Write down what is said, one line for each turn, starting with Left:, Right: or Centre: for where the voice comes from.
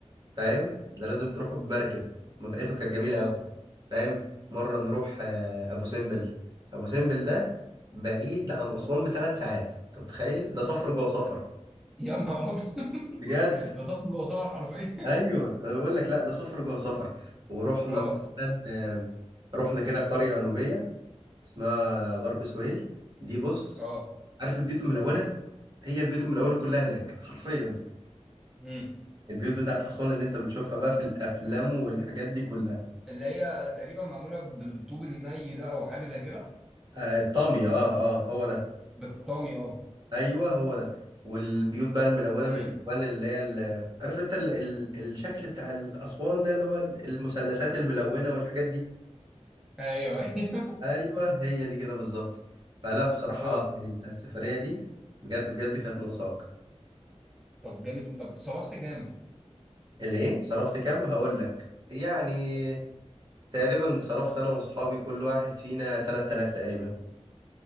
Right: فاهم ده لازم تروحه بمركب متعته كانت جميلة
Centre: اه
Right: أوي فاهم مرة نروح آه، أبو سمبل أبو سمبل ده بعيد عن أسوان بثلاث ساعات أنت متخيل ده سفر جوه سفر
Centre: يا نهار ابيض
Right: بجد
Centre: <laughs> ده صبغ جوه صبغ حرفيا
Right: أيوه أنا بقول لك لا ده سفر جوه سفر ورحنا
Centre: <laughs> اه
Right: مثلا آه، رحنا كده قرية نوبية اسمها غرب سهيل دي بص
Centre: اه
Right: عارف البيوت الملونه هي البيوت الملونه كلها هناك حرفيا
Centre: امم
Right: البيوت بتاعت اسوان اللي انت بتشوفها بقى في الافلام والحاجات دي كلها
Centre: اللي هي تقريبا معموله بالطوب الني ده او حاجه زي كده
Right: آه الطامي اه اه هو ده
Centre: بالطامي اه
Right: ايوه هو ده والبيوت بقى الملونه
Centre: امم
Right: بالالوان اللي هي ال- عارف انت ال... ال... الشكل بتاع الاسوان ده اللي هو ال- المثلثات الملونه والحاجات دي
Centre: ايوه ايوه
Right: ايوه هي دي كده بالظبط فلا بصراحه
Centre: <laughs> اه
Right: يعني انت السفريه دي بجد بجد كانت ناقصاك
Centre: طب جامد مو- طب صرفت كام؟
Right: اللي ايه صرفت كام هقول لك يعني تقريبا صرفت انا واصحابي كل واحد فينا 3000 تقريبا